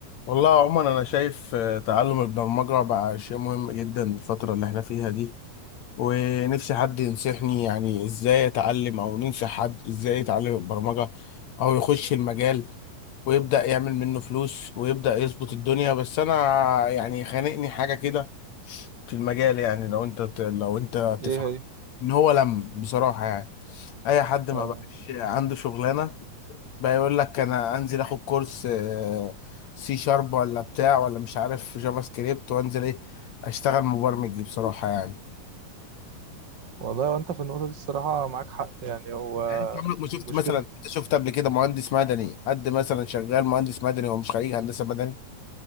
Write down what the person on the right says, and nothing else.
ايه
هي
آه.
والله وانت في النقطة دي الصراحة معاك حق يعني هو
مشكلة